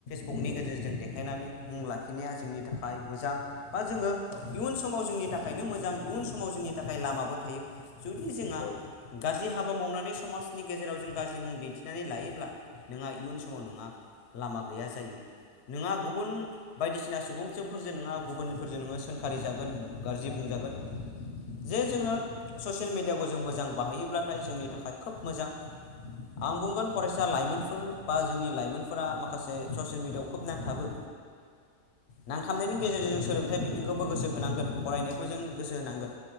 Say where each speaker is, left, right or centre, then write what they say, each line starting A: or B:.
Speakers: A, on the left (about 55°); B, on the left (about 75°).
A: नि गेजेरजों देखायनानै मुं लाखिनाया जोंनि थाखाय मोजां बा
B: औ
A: जोङो
B: औ
A: इयुन समाव जोंनि जोंनि थाखायनो मोजां इयुन समाव जोंनि थाखाय लामाबो थायो जुदि जोंहा
B: औ
A: गाज्रि हाबा मावनानै समाजनि गेजेराव जों गाज्रि मुं दिन्थिनानै लायोब्ला नोंहा इयुन समाव नोंहा लामा गैया जायो। नोंङा गुबुन बायदिसिना सुबुंफोरजों नङा गुबुनफोरजों नोङो सोंखारि जागोन गाज्रि <unintelligible> बुंजागोन जे जोङो ससियेल मेडियाखौ जों मोजां बाहायोब्लाथाय जोंनि थाखाय खोब मोजां आं बुंगोन फरायसा लाइमोनफोर बा जोंनि लाइमोनफोरा माखासे ससियेल मिडियायाव मुखुब नांथाबो नांथाबनायनि गेजेरजों जों सोलोंथाइ बिथिंखौबो गोसो होनांगोन फरायनायखौ जों गोसो होनांगोन।